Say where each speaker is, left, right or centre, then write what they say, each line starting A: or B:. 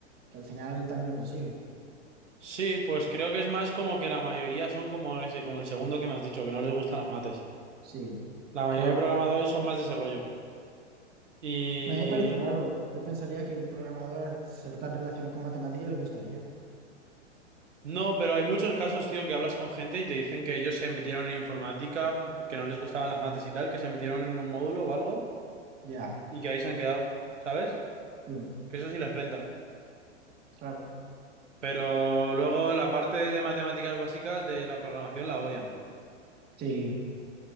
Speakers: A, on the right; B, on the right.
A: que al final también lo consigue.
B: Sí, pues creo que es más como que la mayoría son como ese, como el segundo que me has dicho, que no les gustan las mates.
A: Sí,
B: La mayoría
A: claro.
B: de programadores son más de ese rollo. Y
A: A mí me parece raro. Yo pensaría que un programador, al ser tan relacionado con matemáticas, le gustaría.
B: No, pero hay muchos casos, tío, que hablas con gente y te dicen que ellos se metieron en informática, que no les gustaban las mates y tal, que se metieron en un módulo o algo
A: Ya.
B: y que ahí se han quedado, ¿sabes?
A: Sí,
B: Que eso sí les renta.
A: claro.
B: Pero luego la parte de matemáticas básicas de la programación la odian.
A: Sí,